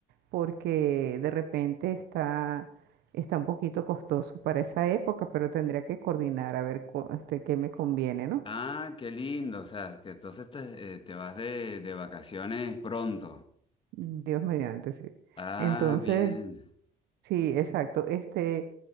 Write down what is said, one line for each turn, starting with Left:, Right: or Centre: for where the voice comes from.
Right: porque de repente está, está un poquito costoso para esa época, pero tendría que coordinar a ver cu- este, qué me conviene, ¿no?
Left: Ah, qué lindo. O sea, que entonces te, eh, te vas de, de vacaciones pronto.
Right: Dios mediante, sí.
Left: Ah,
Right: Entonces,
Left: bien.
Right: sí, exacto. Este,